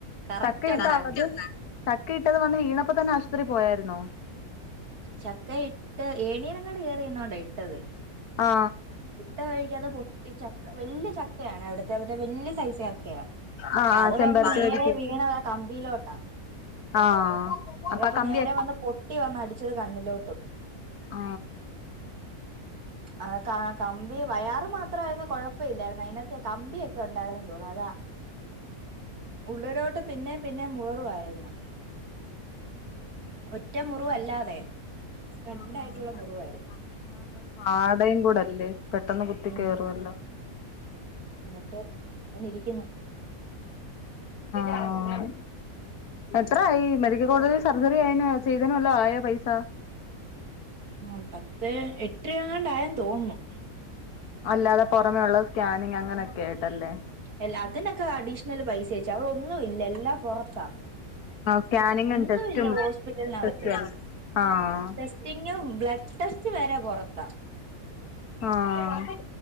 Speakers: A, on the right; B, on the left.
A: കറക്റ്റ്
B: ചക്ക ഇട്ട
A: ഒന്നാം
B: ആത്
A: തീയതി
B: ചക്ക ഇട്ടത് വന്നി വീണപ്പപ്പോ തന്നെ ആശുപത്രിയി പോയരുന്നോ
A: ചക്ക ഇട്ട് ഏണീനങ്ങാട് കയറി ചെയുന്ന കൊണ്ടോ ഇട്ടത്
B: ആ
A: എട്ട വഴിക്കാതെ പോ ചക്ക വലിയ ചക്കയാണ് അവിടുത്തെ അവിടുടെ വലിയ സൈസ് ചക്കയാണ് അപ്പ
B: ആ ആ
A: അത്
B: ചെമ്പരത്തി
A: വന്ന് നേരെ
B: വരിക്ക്
A: വീണതാ കമ്പിയിലോട്ടാ
B: ആ
A: അതപ്പോ
B: അപ്പൊ ആ കമ്പി
A: നേരെ
B: ആ
A: വന്ന് പൊട്ടി വന്ന് അടിച്ചത് കണ്ണിലോട്ടും
B: ആ
A: ആ കകമ്പി വയാർ മാത്രമായിരുന്ന കൊഴപ്പല്ലായിരുന്നു അതിനത്തെ കമ്പിയൊക്കെ ഉണ്ടായിരുന്നുെന്ന് തോന്നുന്നു അതാ ഉള്ളിലോട്ട് പിന്നേ പിന്നെ മുഖ വായിരുന്നു
B: ഉം
A: ഒറ്റ മുറിവല്ലാതെ സ്പ്രെഡ്
B: ആ ആ
A: ആയിട്ടുള്ള
B: കണ്ണിന്റെ
A: മുറിവായിരുന്നു
B: കണ്ണിന്റെ അവിടെ പാടയും കൂടല്ലേ പെട്ടെന്ന് കുത്തി
A: ഉം
B: കയറുംല്ലോ
A: എന്നിട്ട് ഇങ്ങനെ ഇരിക്കുന്നു
B: ആഹ് എത്രായി മെഡിക്കൽ കോളേജിൽ സർജറി ആയന ചെയ്തന് വല്ലോ ആയോ പൈസ
A: ആ പത്ത് എട്ട് രൂപങ്ങണ്ടായെന്ന് തോന്നുന്നു
B: അല്ലാതെ പുറമെയുള്ള സ്കാനിങ് അങ്ങനെയൊക്കെ ആയിട്ടല്ലേ
A: അല്ല അതിനൊക്കെ അഡീഷണൽ പൈസചേച്ചി അവിടെ ഒന്നുമില്ല എല്ലാം പൊറത്ത
B: ആ സ്കാനിങ്ങും
A: ഒന്നുമില്ല
B: ടെസ്റ്റും
A: ഹോസ്പിറ്റലിനകത്ത്
B: ടെസ്റ്റും അല്ല ആഹ്
A: ടീസ്റ്റിംഗ് ബ്ലഡ് ടെസ്റ്റ് വരെ പൊറത്താ
B: ആഹ്